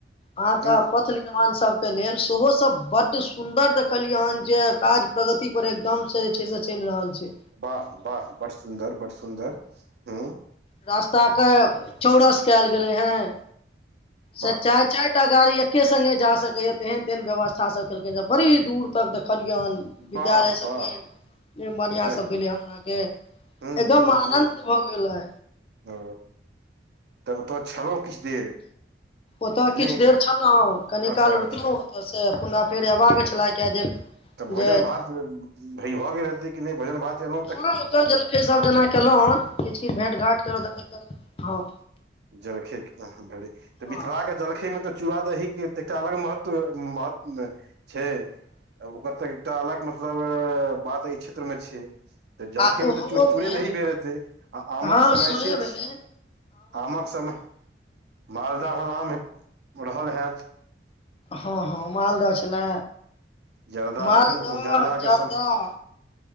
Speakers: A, on the left (about 30°); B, on the right (about 65°).
A: अहा
B: ह
A: के पथ निर्माण लेल सेहो सब बड्ड सुन्दर देखलियै हन जे काज प्रगति पर एकदम से जे छै से चलि रहल छै
B: वाह वाह बड्ड सुन्दर बड्ड सुन्दर ह
A: रास्ता के चौरस कयल गेले हें
B: वाह
A: सचाय चाय एकटा गाड़ी एके संगे जा सकै या तेहन तेहन व्यवस्था सब केलकैन जे बड़ी दूर तक देखलियन
B: वाह
A: विद्यालय
B: वाह
A: सबके बनिया
B: एह
A: सब भेले हेन अहाँ के एकदम
B: ह ह
A: आनंद
B: ह
A: भ गेले
B: ओ तऽ ओतऽ छलहुँ किछु देर
A: ओतऽ
B: कि
A: किछु
B: नहि
A: देर छलौ कनि
B: अच्छा
A: काल
B: अच्छा
A: रुकलहु ओ ओतसँ पुनः फेर एबाक छलै किए जे
B: तऽ भोजन
A: जे
B: भात भय भऽ गेल हेतै कि नहि भोजन भात एनो
A: हँ ओतऽ जलखै सब जेना केलहु हन किछु किछ भेट घाट कर हँ
B: जलखै <unintelligible>
A: हँ
B: मिथिला क जलखै मे तऽ चूड़ा दही के एकटा अलग महत्व महत्व छै ओकर तऽ एकटा अलग मतलब बात एहि क्षेत्र मे छै तऽ जलखैमे
A: आ ओहोमे
B: तऽ चू चूड़े दही भेल हेतै आ आमक
A: हँ
B: समय
A: सेहे
B: से
A: भेलै
B: छै आमक समय मालदह आम रहल हेत
A: हँ हँ मालदह छलै
B: जर्दा
A: मालदह
B: एखन जर्दाके
A: जारदह
B: सम